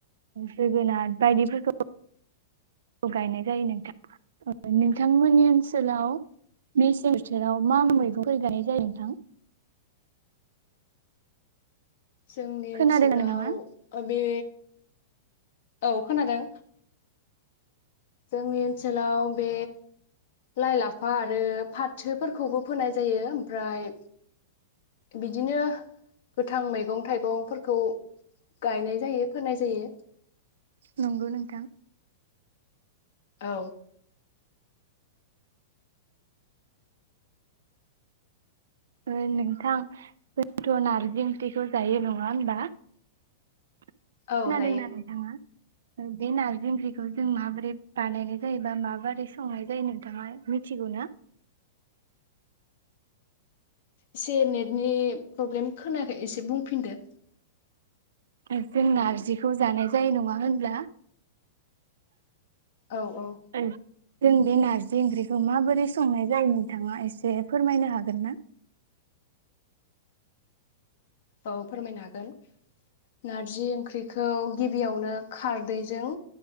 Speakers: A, on the right; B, on the left.
A: जोगोनार बायदिफोरखौ गायनाय जायो नोंथां नोंथांमोननि ओनसोलाव मेसें बोथोराव मा मा मैगंफोर गायनाय जायो नोंथां
B: जोंनि
A: खोनादों
B: ओनसोलाव
A: नोंथाङा
B: ओम बे औ खोनादों जोंनि ओनसोलाव बे लाइ लाफा आरो फाथोफोरखौबो फोनाय जायो ओमफ्राय बिदिनो गोथां मैगं थाइगंफोरखौ गायनाय जायो फोनाय जायो
A: नंगौ नोंथां
B: औ
A: ओ नोंथां जोंथ नारजि ओंख्रिखौ जायो नङा होबा? खोनादोंना
B: औ जायो।
A: नोंथाङा बे नारजि ओंख्रिखौ जों माबोरै बानायनाय जायो बा माबोरै संनाय जायो नोंथाङा मिथिगौ ना
B: एसे नेटनि प्रब्लेम खोनाखै एसे बुंफिनदो
A: जों नारजिखौ जानाय जायो नङा होनब्ला
B: औ औ
A: ओं जों बे नारजि ओंख्रिखौ माबोरै संनाय जायो नोंथाङा एसे फोरमायनो हागोन ना
B: औ फोरमायनो हागोन नारजि ओंख्रिखौ गिबियावनो खारदैजों